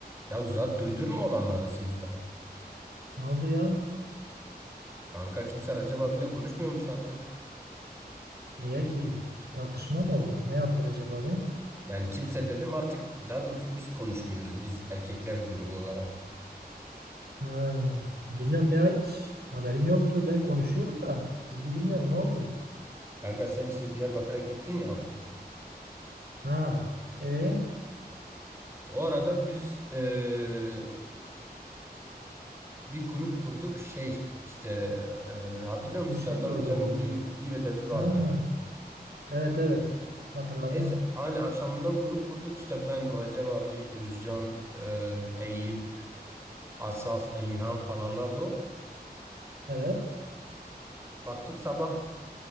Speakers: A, on the right; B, on the right.
A: Ya zat duydurma olanları sınıftan.
B: Ne oldu ya?
A: Kanka kimse Recep abiyle konuşmuyormuş artık.
B: Niye ki? Bir tartışma mı oldu? Ne yaptılar acaba be?
A: Yani kimse dedim artık daha doğrusu biz konuşmuyoruz biz erkekler grubu olarak.
B: Ha, bilmiyorum ya hiç haberim yoktu. Ben konuşuyorum da sizi bilmiyorum ne oldu?
A: Kanka sen işte Diyarbakır'a gittin ya.
B: Ha, e
A: O arada biz eee, bir grup kurduk şey işte eee, hatırlıyor
B: bu
A: musun
B: şey
A: Serdar
B: grubu
A: Hoca'nın
B: muydu?
A: bir, bir ödevi vardı.
B: Ha, evet evet hatırladım.
A: Neyse aynı akşamından grup kurduk işte ben Recep abi, Özcan, eee Eyüp, Asaf, Emirhan falanlarla.
B: Evet.
A: Baktık sabah